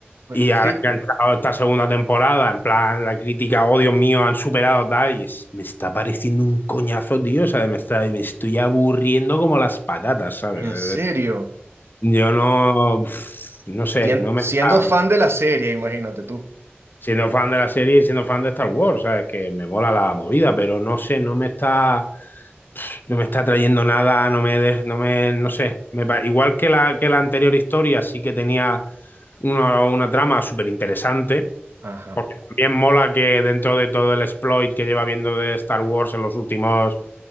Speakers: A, on the right; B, on the left.
A: Pues,
B: Y
A: sí,
B: ahora que ha entrado esta segunda temporada, en plan, la crítica, oh Dios mío, han superado tal, y es- me está pareciendo un coñazo, tío, o sea, me está, me estoy aburriendo como las patatas, ¿sabes?
A: en
B: Eh,
A: serio.
B: Yo no, pf, no sé,
A: sien-
B: no me
A: siendo
B: está,
A: fan de la serie, imagínate tú.
B: siendo fan de la serie y siendo fan de Star Wars, ¿sabes? Que me mola la movida, pero no sé, no me está No me está trayendo nada, no me, de- no me, no sé. Me pa- igual que la, que la anterior historia, sí que tenía una, una trama súper interesante,
A: Ajá.
B: porque también mola que dentro de todo el exploit que lleva viendo de Star Wars en los últimos